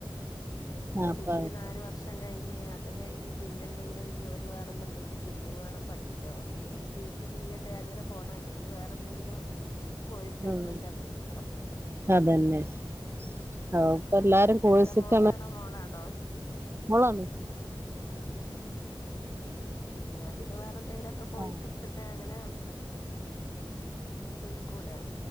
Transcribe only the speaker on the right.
അപ്പ
ഉം
അതന്നെ
ഇപ്പ എല്ലാരും കോഴ്സ്ക്കാണ്
മോളാണ്
ആഹ്